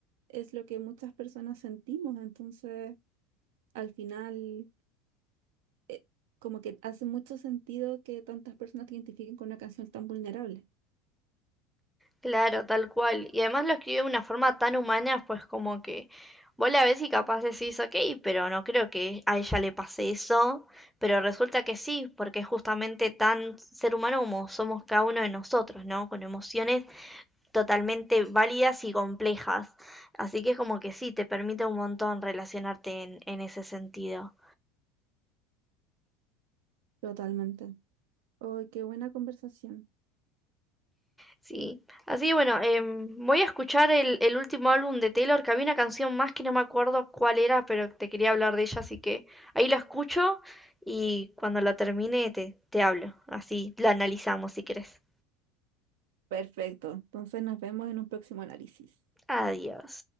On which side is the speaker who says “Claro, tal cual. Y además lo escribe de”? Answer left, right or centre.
Centre